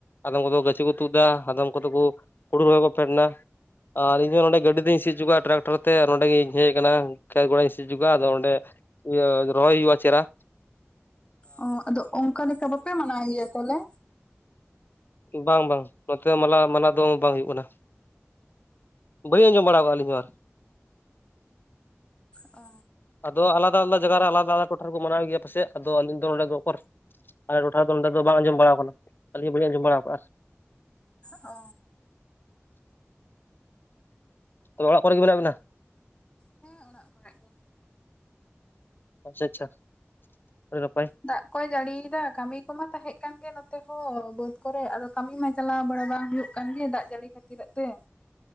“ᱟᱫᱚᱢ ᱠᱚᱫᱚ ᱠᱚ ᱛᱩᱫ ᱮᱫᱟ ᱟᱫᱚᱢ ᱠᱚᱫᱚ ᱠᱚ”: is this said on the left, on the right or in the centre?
Left